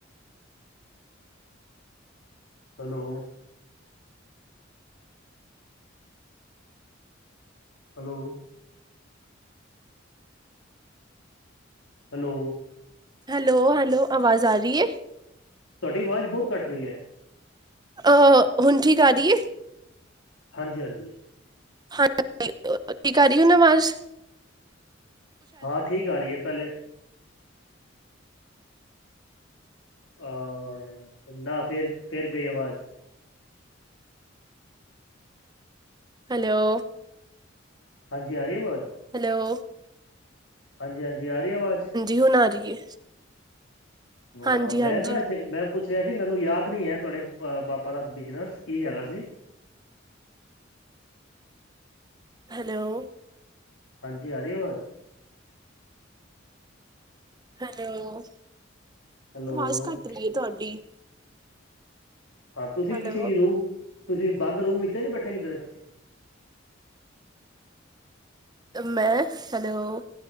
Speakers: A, on the left; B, on the right.
A: Hello? Hello. Hello.
B: Hello, hello ਅਵਾਜ਼ ਆ ਰੀ ਏ?
A: ਤੂਆਡੀ ਵਾਜ ਬੋਤ ਕਾੱਟ ਰੀ ਐ।
B: ਅਹ ਹੁਨ ਠੀਕ ਆ ਰੀ ਏ?
A: ਹਾਂਜੀ, ਹਾਂਜੀ।
B: ਹਾਂ <unintelligible> ਆ ਰੀ ਐ ਨਾ ਵਾਜ?
A: ਹਾ, ਠੀਕ ਆ ਰੀ ਏ ਪੈਲੇ ਆ, ਨਾ ਫੇਰ-ਫੇਰ ਗਈ ਅਵਾਜ।
B: ਹੈਲੋ।
A: ਹਾਂਜੀ, ਆਰੀ ਏ ਵਾਜ?
B: ਹੈਲੋ।
A: ਹਾਂਜੀ, ਹਾਂਜੀ ਆ ਰੀ ਅਵਾਜ?
B: ਜੀ, ਹੁਨ ਆਰੀ ਏ।
A: ਹਾਂ,
B: ਹਾਂਜੀ-ਹਾਂਜੀ
A: ਮੈਂ ਨਾ ਐਸੇ, ਮੈਂ ਪੁੱਛ ਰੇਆ ਸੀ ਮੈਨੂੰ ਯਾਦ ਨੀ ਹੈ ਤੂਆਡੇ ਅ ਬਾਪਾ ਦਾ ਬਿਜਨਸ, ਕੀ ਹੈਗਾ ਸੀ?
B: ਹੈਲੋ।
A: ਹਾਂਜੀ, ਆਰੀ ਅਵਾਜ?
B: ਹੈਲੋ,
A: ਹੈਲੋ
B: ਅਵਾਜ਼ ਕਾੱਟ ਰੀ ਏ ਤੂਆਡੀ।
A: ਤੂਸੀ
B: ਹੈਲੋ
A: ਕਿਸੀ ਰੂਮ, ਤੂਸੀ ਬਾੰਦ ਰੂਮ ਇਚ ਤੇ ਨੀ ਬੈਠੇ ਕਿਦਰੇ?
B: ਮੈਂ, ਹੈਲੋ।